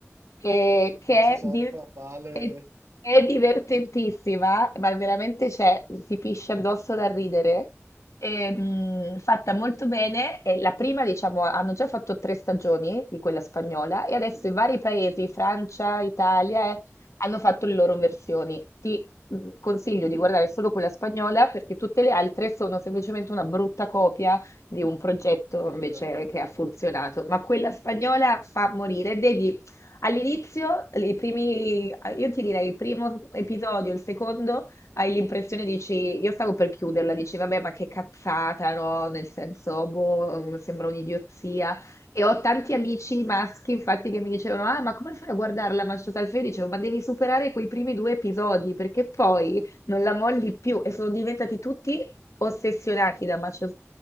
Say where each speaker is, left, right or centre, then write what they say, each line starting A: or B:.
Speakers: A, on the left; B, on the right.
A: che, che
B: Mazzos
A: è, di-
B: Alfa vale
A: è- è divertentissima, ma veramente c'è, si pisce addosso da ridere. E, mh, fatta molto bene, e la prima, diciamo, hanno già fatto tre stagioni di quella spagnola e adesso
B: nulla
A: i vari paesi, Francia, Italia, eh, hanno fatto le loro versioni. Ti mh, consiglio di guardare solo quella spagnola perché tutte le altre sono semplicemente una brutta copia di un progetto
B: di quella
A: invece
B: spagnola.
A: che ha funzionato, ma quella spagnola fa morire. Vedi, all'inizio, i primi, io ti direi il primo episodio, il secondo, hai l'impressione, dici, io stavo per chiuderla, dici, vabbè, ma che cazzata, no? Nel senso, boh, mm, sembra un'idiozia. E ho tanti amici maschi, infatti, che mi dicevano: Ah, ma come fai a guardarla Manchester al Fede? Dicevo, ma devi superare quei primi due episodi perché poi non la molli più. E sono diventati tutti ossessionati da Macio